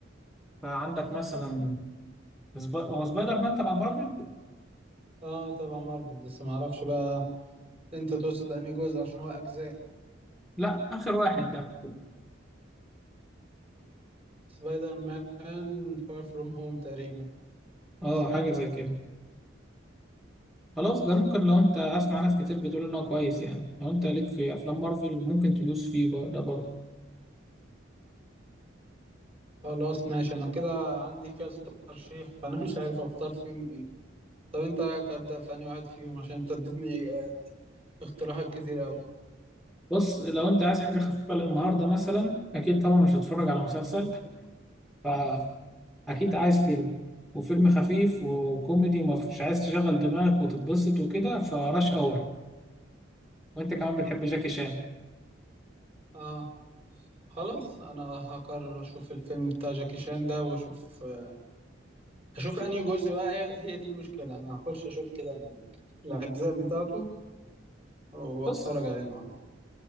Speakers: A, in the centre; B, on the right.
A: فعندك مثلا سب- هو سبايدر مان تبع مارفل؟
B: اه طبعا مارفل بس ما اعرفش بقى انت تقصد انهي جزء عشان هو اجزاء
A: لا اخر واحد ده
B: سبايدر مان فار فروم هوم تقريبا
A: اه
B: سمعت
A: حاجة زي
B: عنه
A: كده خلاص ده ممكن لو انت اسمع ناس كتير بتقول انه كويس يعني لو انت ليك في افلام مارفل ممكن تدوس فيه بقى ده برضه
B: خلاص ماشي انا كده عندي كذا ترشيح فانا مش عارف اختار فيهم ايه طب انت رايك ابدا في انهي واحد فيهم عشان انت اديتني آه، اقتراحات كتير قوي
A: بص لو انت عايز حاجة خفيفة للنهاردة مثلا اكيد طبعا مش هتتفرج على مسلسل فاكيد عايز فيلم وفيلم خفيف وكوميدي ومش عايز تشغل دماغك وتتبسط وكده فراش اور وانت كمان بتحب جاكي شان
B: اه خلاص انا هقرر اشوف الفيلم بتاع جاكي شان ده واشوف آه، هشوف انهي جزء بقى هي هي دي المشكله انا هخش اشوف كده ال- الاجزاء بتاعته واتفرج
A: بص
B: عليه النهارده